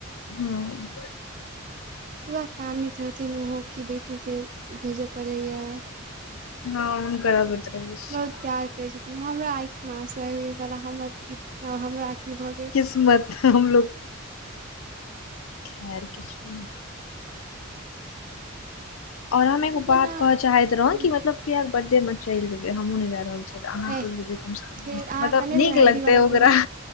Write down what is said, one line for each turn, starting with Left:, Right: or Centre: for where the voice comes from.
Left: हुँ
Right: वहा कानैत रहथिन ओहो क बेटी के भेजे पड़े या
Left: हँ हम <unintelligible> गराबत रहै छै
Right: बहुत प्यार करैत छथिन हमरा आँख मे आसु आबि गेल छल हमर क हमरा की भऽ गेल
Left: मत हमलोग खैर किछो नहि और हम एगो बात
Right: जेना
Left: कहे चाहैत रहों
Right: हम्म,
Left: कि मतलब पिया के बर्थडे मे चल जेबे हमूं ने गय रहल अहाँ
Right: एह
Left: चलि जेबै कमसँ कम
Right: फेर अहाँ
Left: मतलब
Right: कने रहि
Left: नीक
Right: ने हल्दी
Left: लगतै
Right: वाला
Left: ओकरा
Right: दिमाग